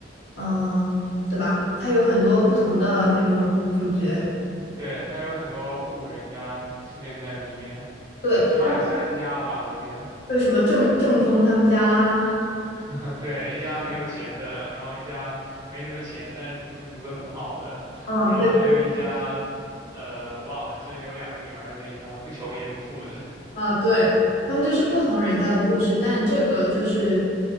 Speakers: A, on the left (about 60°); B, on the right (about 20°).
A: 嗯、对吧？它有很多不同的那种主角。
B: <laughs> 对，它有很多户人家出现在里面，
A: 对，
B: 起码有三家吧，
A: 但。
B: 我记得。
A: 为什么郑郑峰他们家啦，
B: <laughs> 对，一家很有钱的，然后一家没什么钱，但是读书读得很好的，
A: 啊对
B: 然后还有一家，呃，忘了，就是有两个女儿的那一家，不穷也不富的。
A: 啊对，他们就是不同人家的故事，但这个就是